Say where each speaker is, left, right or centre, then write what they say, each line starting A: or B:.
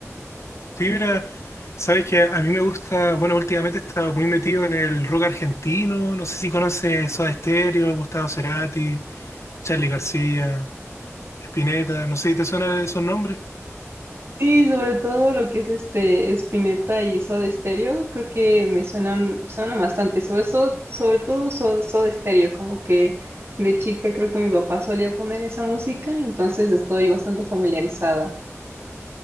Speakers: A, on the left; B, on the right.
A: Sí, mira, sabes que a mí me gusta, bueno, últimamente he estado muy metido en el rock argentino. No sé si conoces Soda Stereo, Gustavo Cerati, Charly García, Spinetta, no sé si te suenan esos nombres.
B: Sí, sobre todo lo que es este Spinetta y Soda Stereo, creo que me suenan, suenan bastante, sobre todo, sobre todo So- Soda Stereo, como que de chica creo que mi papá solía poner esa música, entonces estoy bastante familiarizada.